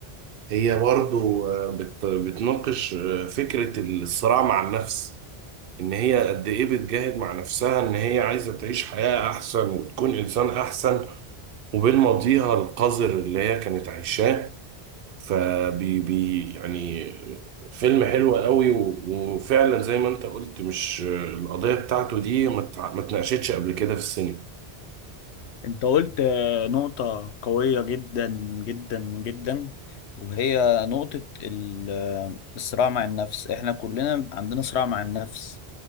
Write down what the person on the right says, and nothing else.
هي برضو آه، بت- بتناقش آه، فكرة الصراع مع النفس إن هي قد إيه بتجاهد مع نفسها إن هي عايزة تعيش حياة أحسن وتكون إنسان أحسن وبين ماضيها القذر اللي هي كانت عايشاه فبي بي يعني فيلم حلو قوي و- وفعلا زي ما أنت قلت مش آه، القضية بتاعته دي ما اتع- ما اتناقشتش قبل كده في السينما